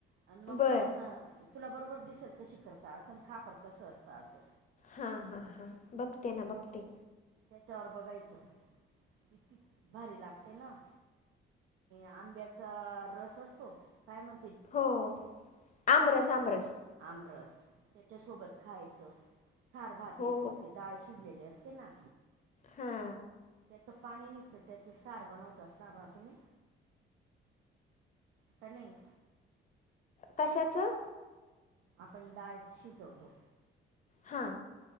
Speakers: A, on the right; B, on the left.
A: अन मग
B: बरं
A: तुला असं, तुला बरोबर दिसेल कशी करता, असं खापर कसं असतं असं.
B: हा-हा-हा, बघते ना, बघते.
A: त्याच्यावर बघायचं, इतकी भारी लागते ना! आंब्याचा रस असतो, काय म्हण?
B: हो, आमरस-आमरस.
A: आमरस त्याच्यासोबत खायचं. सारभात
B: हो
A: येतो. ती डाळ शिजलेली असते ना?
B: हा.
A: त्याचं पाणी निघतं, त्याची सार बनवत असणार ना तुम्ही? का नाही?
B: कशाचं?
A: आपण डाळ शिजवतो.
B: हां